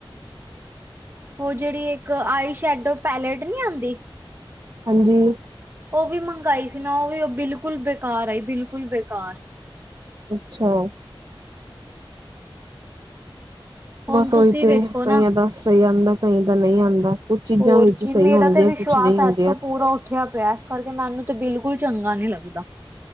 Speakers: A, on the right; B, on the right.
A: ਉਹ ਜਿਹੜੀ ਇੱਕ ਆਈ ਸ਼ੈਡੋ ਪੈਲੇਟ ਨੀ ਆਂਦੀ।
B: ਹਾਂਜੀ।
A: ਉਹ ਵੀ ਮੰਗਾਈ ਸੀ ਮੈਂ, ਉਹ ਵੀ ਬਿਲਕੁਲ ਬੇਕਾਰ ਆਈ ਬਿਲਕੁਲ ਬੇਕਾਰ।
B: ਅੱਛਾ!
A: ਹੁਣ
B: ਬਸ
A: ਤੁਸੀਂ
B: ਉਹੀ ਤੇ
A: ਵੇਖੋ
B: ਕਈਆਂ
A: ਨਾ
B: ਦਾ ਸਹੀ ਆਂਦਾ ਕਈ ਦਾ ਨਹੀਂ ਆਂਦਾ ਕੁਝ ਚੀਜ਼ਾਂ
A: ਹੋਰ
B: ਵਿੱਚ
A: ਕੀ
B: ਸਹੀ
A: ਮੇਰਾ
B: ਹੁੰਦੀਆਂ
A: ਵਿਸ਼ਵਾਸ
B: ਕੁਛ ਨਹੀਂ ਹੁੰ
A: ਤੇ ਪੂਰਾ ਉੱਠਿਆ ਪਿਆ ਇਸ ਕਰਕੇ ਮੈਨੂੰ ਤੇ ਬਿਲਕੁਲ ਚੰਗਾ ਨੀ ਲੱਗਦਾ।